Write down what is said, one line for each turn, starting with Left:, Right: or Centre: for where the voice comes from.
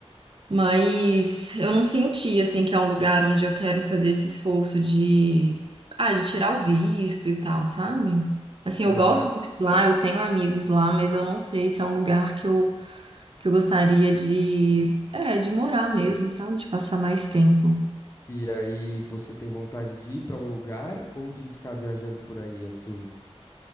Right: Mas eu não senti assim que é um lugar onde eu quero fazer esse esforço de, ah, de tirar o visto e tal, sabe? Assim, eu
Left: Aham.
Right: gosto muito de lá, eu tenho amigos lá, mas eu não sei se é um lugar que eu, que eu gostaria de, é, de morar mesmo, sabe? De passar mais tempo.
Left: E aí, você tem vontade de ir para um lugar ou de ficar viajando por aí assim?